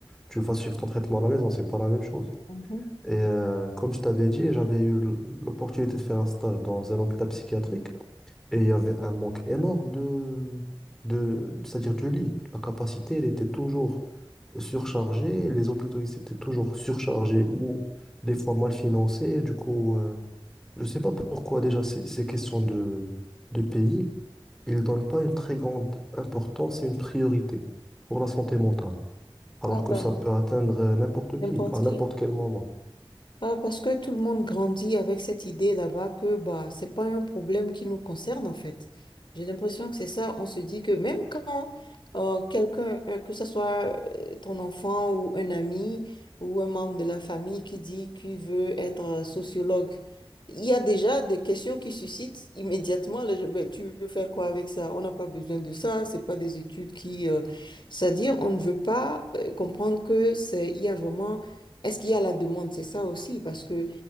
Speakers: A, in the centre; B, on the left.
A: tu vas suivre ton traitement à la maison, c'est pas la même chose.
B: Mhm.
A: Et euh, comme je t'avais dit, j'avais eu l- l'opportunité de faire un stage dans un hôpital psychiatrique et il y avait un manque énorme de, de, c'est-à-dire du lit. La capacité, elle était toujours surchargée. Les hôpitaux, ils étaient toujours surchargés ou des fois mal financés. Du coup, euh, je ne sais pas pourquoi déjà ces, ces questions de, de pays, ils ne donnent pas une très grande importance et une priorité pour la santé mentale. Alors
B: Ah
A: que
B: ben,
A: ça peut atteindre euh, n'importe
B: n'importe
A: qui, à
B: qui.
A: n'importe quel moment.
B: Ah, parce que tout le monde grandit avec cette idée là-bas que bah, c'est pas un problème qui nous concerne en fait. J'ai l'impression que c'est ça. On se dit que même quand euh, quelqu'un, euh, que ce soit euh, ton enfant ou un ami ou un membre de la famille qui dit qu'il veut être euh, sociologue, il y a déjà des questions qui suscitent immédiatement le- Ben, tu veux faire quoi avec ça? On n'a pas besoin de ça. C'est pas des études qui, euh, c'est-à-dire on ne veut pas euh, comprendre que c'est il y a vraiment est-ce qu'il y a la demande? C'est ça aussi, parce que